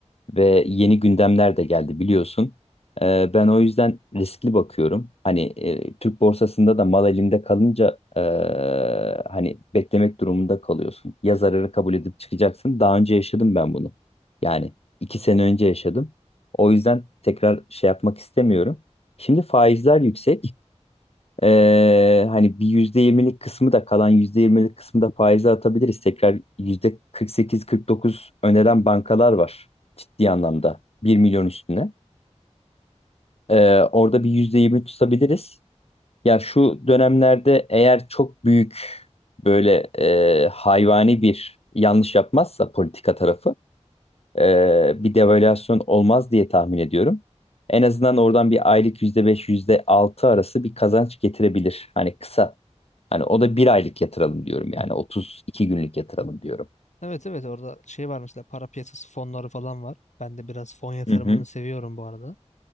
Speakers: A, on the left; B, on the left.
A: ve yeni gündemler de geldi biliyorsun. Eee, ben o yüzden riskli bakıyorum. Hani eee, Türk borsasında da mal elimde kalınca eee, hani beklemek durumunda kalıyorsun. Ya zararı kabul edip çıkacaksın. Daha önce yaşadım ben bunu. Yani iki sene önce yaşadım. O yüzden tekrar şey yapmak istemiyorum. Şimdi faizler yüksek. Ee, hani bir %20'lik kısmı da kalan %20'lik kısmı da faize atabiliriz. Tekrar yüzde kırk sekiz, kırk dokuz öneren bankalar var ciddi anlamda bir milyon üstüne. Ee, orada bir %20 tutabiliriz. Ya şu dönemlerde eğer çok büyük böyle e, hayvani bir yanlış yapmazsa politika tarafı e, bir devalüasyon olmaz diye tahmin ediyorum. En azından oradan bir aylık yüzde beş, yüzde altı arası bir kazanç getirebilir. Hani kısa Hani o da bir aylık yatıralım diyorum. Yani 32 günlük yatıralım diyorum.
B: Evet evet orada şey var mesela para piyasası fonları falan var. Ben de biraz fon yatırımını
A: Hı hı.
B: seviyorum bu arada.